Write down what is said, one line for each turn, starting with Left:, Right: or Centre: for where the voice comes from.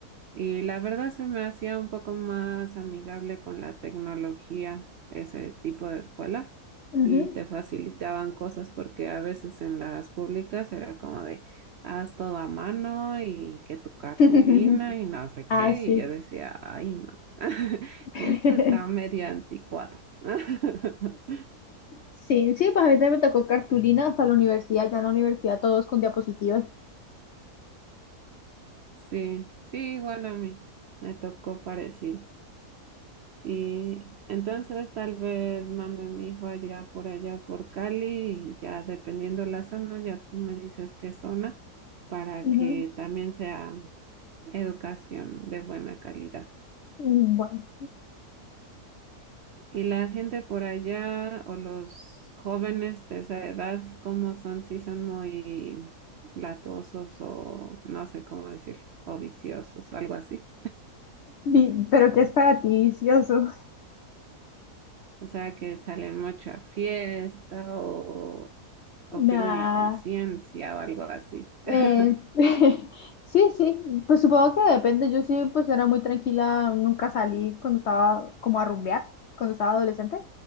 Right: Y la verdad se me hacía un poco más amigable con la tecnología, ese tipo de escuelas,
Left: Ujú.
Right: y te facilitaban cosas porque a veces en las públicas era como de, haz todo a mano y que tu cartulina
Left: <laughs>
Right: y no sé qué,
Left: Ah, sí.
Right: y yo decía, ay no, <laughs>
Left: <laughs>
Right: y esto está medio anticuado. <laughs>
Left: Sí, sí, pues a mí también me tocó cartulina hasta la universidad, ya en la universidad todos con diapositivas.
Right: Sí, sí, igual a mí, me tocó parecido. Y entonces tal vez mando a mi hijo allá por allá por Cali y ya dependiendo la zona, ya tú me dices qué zona para
Left: Ujú.
Right: que también sea educación de buena calidad.
Left: Mm, Bueno,
Right: Y la gente por allá o los jóvenes de esa edad, ¿cómo son? Si son muy latosos o no sé cómo decirlo, o viciosos, algo así.
Left: Vi- Pero ¿qué es para ti vicioso? <laughs>
Right: O sea, que salen mucho a fiesta o o
Left: nah.
Right: pierden la conciencia o algo así. <laughs>
Left: Eh, <laughs> sí, sí, pues supongo que depende, yo sí, pues era muy tranquila, nunca salí cuando estaba como a rumbear, cuando estaba adolescente,